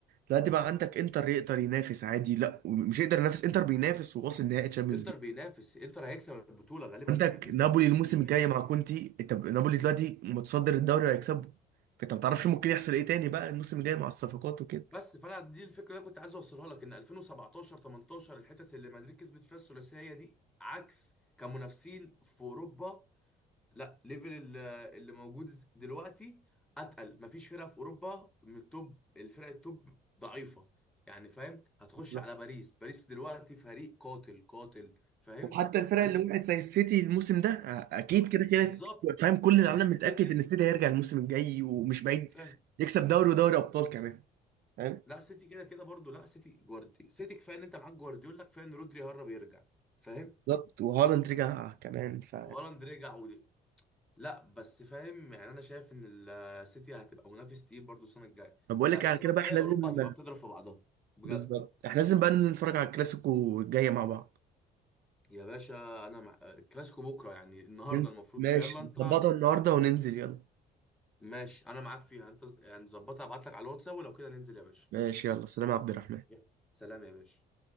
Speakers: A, on the right; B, in the centre.
A: دلوقتي بقى عندك انتر يقدر ينافس عادي لا مش يقدر ينافس انتر بينافس وواصل نهائي تشامبيونز
B: انتر بينافس انتر هيكسب البطوله غالبا
A: عندك
B: يعني بنسبه
A: نابولي
B: 60%
A: الموسم الجاي مع كونتي انت نابولي دلوقتي متصدر الدوري وهيكسبه فانت ما تعرفش ممكن يحصل ايه تاني بقى الموسم الجاي مع الصفقات وكده
B: بس فانا دي الفكره اللي أنا كنت عايز اوصلها لك ان 2017 18 الحتت اللي مدريد كسبت فيها الثلاثيه دي عكس كمنافسين في اوروبا لا ليفل ال- اللي موجود دلوقتي اتقل مفيش فرقه في اوروبا من التوب الفرق التوب ضعيفه يعني فاهم هتخش
A: بالظبط.
B: على باريس باريس دلوقتي فريق قاتل قاتل فاهم
A: وحتى الفرق
B: عندك
A: اللي وقعت زي السيتي الموسم ده آه، اكيد
B: ح-
A: كده كده
B: بالظبط
A: فاهم كل
B: يعني
A: العالم متاكد
B: سيتي
A: ان السيتي هيرجع الموسم الجاي ومش بعيد
B: فاهم
A: يكسب دوري ودوري ابطال كمان فاهم
B: لا سيتي كده كده برضو لا سيتي جواردي سيتي كفايه ان انت معاك جوارديولا كفايه ان رودري هرب يرجع فاهم
A: بالظبط وهالاند رجع كمان ف
B: وهالاند رجع لا بس فاهم يعني انا شايف ان السيتي هتبقى منافس تقيل برضو السنه الجايه
A: طب بقول
B: لا
A: لك
B: السنه
A: على كده
B: الجايه
A: بقى احنا لازم
B: اوروبا هتبقى بتضرب في بعضها بجد
A: بالظبط احنا لازم بقى ننزل نتفرج على الكلاسيكو الجاي مع بعض
B: يا باشا انا مع... كلاسيكو بكره يعني النهارده
A: ننزل
B: المفروض
A: ماشي
B: فيلا انت
A: نظبطها النهارده وننزل يلا
B: ماشي انا معاك فيها انت يعني ظبطها ابعت لك على الواتساب ولو كده ننزل يا باشا
A: ماشي يلا سلام يا عبد الرحمن
B: يلا. سلام يا باشا